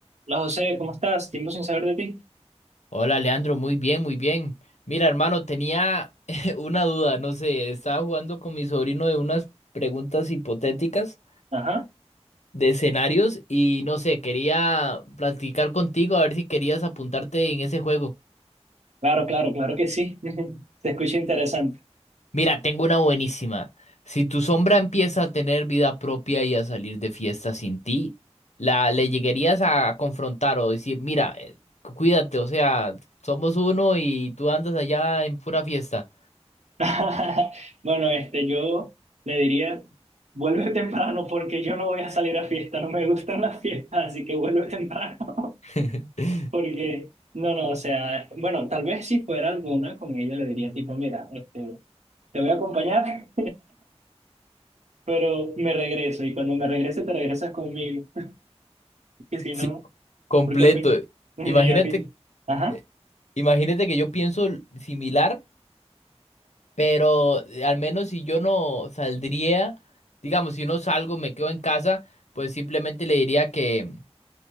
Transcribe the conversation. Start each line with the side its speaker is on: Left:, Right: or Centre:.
Right: Hola José, ¿cómo estás? Tiempo sin saber de ti.
Left: Hola Leandro, muy bien, muy bien. Mira, hermano, tenía <laughs> una duda, no sé, estaba jugando con mi sobrino de unas preguntas hipotéticas
Right: Ajá,
Left: de escenarios y no sé, quería platicar contigo a ver si querías apuntarte en ese juego.
Right: claro, claro, claro que sí. <laughs> Se escucha interesante.
Left: Mira, tengo una buenísima. Si tu sombra empieza a tener vida propia y a salir de fiesta sin ti, la le llegarías a confrontar o decir, mira, eh, cuídate, o sea, somos uno y tú andas allá en pura fiesta.
Right: <laughs> Bueno, este, yo le diría, vuelve <laughs> temprano porque yo no voy a salir a fiesta, no me gustan las fiestas, así que vuelve temprano. <laughs>
Left: <laughs>
Right: Porque, no, no, o sea, bueno, tal vez si fuera alguna con ella le diría tipo, mira, este, te voy a acompañar, <laughs> pero me regreso y cuando me regrese te regresas conmigo, <laughs> que si
Left: Sí.
Right: no,
Left: completo.
Right: porque a fin, <laughs> y
Left: Imagínate,
Right: a fin. Ajá.
Left: eh, imagínate que yo pienso l- similar, pero eh, al menos si yo no saldría, digamos, si no salgo, me quedo en casa, pues simplemente le diría que,